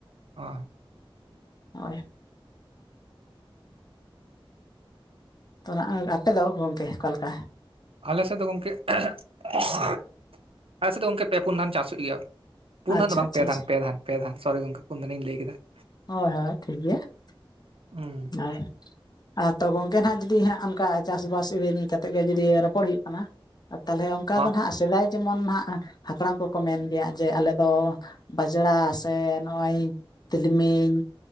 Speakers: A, on the right; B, on the left.
A: ᱚ ᱾
B: ᱦᱳᱭ ᱾ ᱛᱚ ᱱᱟᱦᱟᱜ ᱟᱯᱮ ᱫᱚ ᱜᱚᱝᱠᱮ ᱚᱠᱟ ᱞᱮᱠᱟ?
A: ᱟᱞᱮ ᱥᱮᱫ ᱫᱚ ᱜᱚᱝᱠᱮ <unintelligible> ᱟᱞᱮ ᱥᱮᱫ ᱫᱚ ᱜᱚᱝᱠᱮ ᱯᱮ ᱯᱩᱱ ᱫᱷᱟᱣ ᱪᱟᱥ ᱦᱩᱭᱩᱜ ᱜᱮᱭᱟ ᱾ ᱯᱩᱱ
B: ᱟᱪᱪᱷᱟ
A: ᱫᱷᱟᱱ ᱫᱚ ᱵᱟᱝ
B: ᱟᱪᱪᱷᱟ
A: ᱯᱮ
B: ᱟᱪᱪᱷᱟ
A: ᱫᱷᱟᱱ ᱯᱮ ᱫᱷᱟᱱ ᱯᱮ ᱫᱷᱟᱱ ᱥᱚᱨᱤ ᱜᱚᱝᱠᱮ ᱯᱩᱱ ᱫᱷᱟᱱᱤᱧ ᱞᱟᱹᱭ ᱠᱮᱫᱟ ᱾
B: ᱦᱳᱭ ᱦᱳᱭ ᱴᱷᱤᱠ ᱜᱮᱭᱟ ᱾
A: ᱩᱸᱻ
B: ᱦᱚᱭ ᱾ ᱟᱨ ᱛᱚ ᱜᱚᱝᱠᱮ ᱱᱟᱦᱟᱜ ᱡᱩᱫᱤ ᱦᱟᱸᱜ ᱚᱱᱠᱟ ᱪᱟᱥᱵᱟᱥ ᱤᱫᱤ ᱠᱟᱛᱮᱫ ᱜᱮ ᱡᱩᱫᱤ ᱨᱚᱯᱚᱲ ᱦᱩᱭᱩᱜ ᱠᱟᱱᱟ ᱼᱼ ᱛᱟᱦᱚᱞᱮ ᱚᱱᱠᱟ ᱫᱚ
A: ᱚ
B: ᱱᱟᱦᱟᱜ ᱥᱮᱫᱟᱭ ᱡᱮᱢᱚᱱ ᱱᱟᱦᱟᱜ ᱦᱟᱯᱲᱟᱢ ᱠᱚᱠᱚ ᱢᱮᱱ ᱜᱮᱭᱟ ᱡᱮ ᱟᱞᱮ ᱫᱚ ᱼᱼ ᱵᱟᱡᱽᱲᱟ ᱥᱮ ᱱᱚᱜᱼᱚᱭ ᱛᱤᱞᱢᱤᱧ